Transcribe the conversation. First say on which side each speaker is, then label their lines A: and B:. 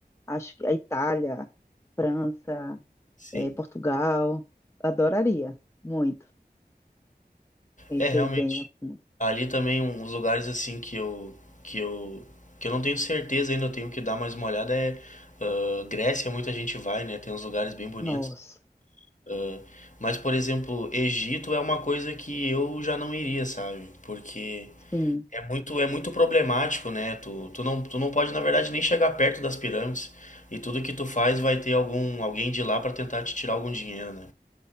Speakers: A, on the left; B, on the left.
A: Acho que a Itália, França,
B: sim.
A: eh, Portugal. Adoraria muito conhecer
B: É realmente.
A: bem a fundo.
B: Ali também um- uns lugares assim que eu que eu que eu não tenho certeza ainda, eu tenho que dar mais uma olhada é ah, Grécia, muita gente vai, né? Tem uns lugares bem bonitos.
A: Nossa,
B: ah, mas por exemplo, Egito é uma coisa que eu já não iria, sabe? Porque
A: sim,
B: é muito é muito problemático, né? Tu, tu não tu não pode na verdade nem chegar perto das pirâmides e tudo que tu faz vai ter algum alguém de lá pra tentar te tirar algum dinheiro, né?